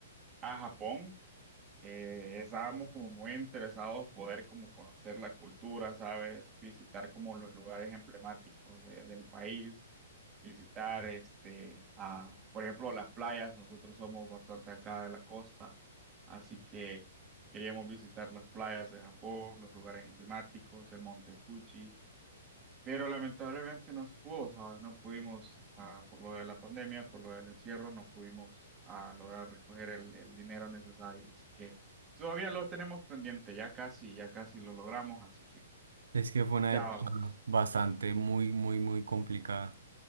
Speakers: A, on the right; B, on the right.
A: a Japón. Eh, estábamos como muy interesados poder como conocer la cultura, ¿sabes? Visitar como los lugares emblemáticos de- del país visitar, este, a, por ejemplo, las playas. Nosotros somos bastante acá de la costa, así que queríamos visitar las playas de Japón, los lugares emblemáticos, el Monte Fuji, pero lamentablemente no se pudo, ¿sabes? No pudimos, ah, por lo de la pandemia, por lo del encierro, no pudimos, ah, lograr recoger el, el dinero necesario, así que todavía lo tenemos pendiente, ya casi, ya casi lo logramos, así que
B: Es que fue una
A: ya
B: época
A: bueno. vamos.
B: bastante, muy, muy, muy complicada.